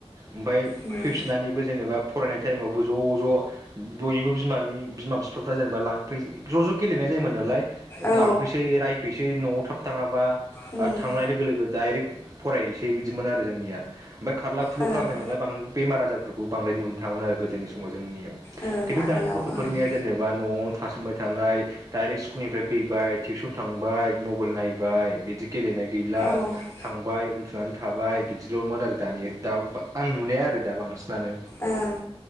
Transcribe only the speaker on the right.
ओमफाय फैफिननानैबो
जेनेबा फरायनाय टाइमावबो ज' ज' बयनिबो बिमानि बिमा बिफाफ्रा जेनेबा लांफै ज' ज' गेलेनाय जायोमोन नालाय
लांफैसै रायफैसै न'आव थाब थाङाबा
आरो थांनाय लोगो लोगो डाइरेक्ट फरायसै बिदिमोन आरो जोंनिया ओमफाय खारला खुलु
खालामनाय नालाय बां मार आजारफोरखौबो बांद्राय नुनो थाङामोन आरो गोदोनि समाव जोंनियाव
खिन्थु
दानि गथ'फोरनिया
जेनेबा न'आव थासोमबाय थानाय डाइरेक्ट स्कुलनिफ्राय फैबाय टिउसन थांबाय मबाइल नायबाय बिदि गेलेनाय गैला
थांबाय उन्दुनानै। थाबाय बिदिल'मोन आरो दानि दा आं नुनाया। दा बांसिनानो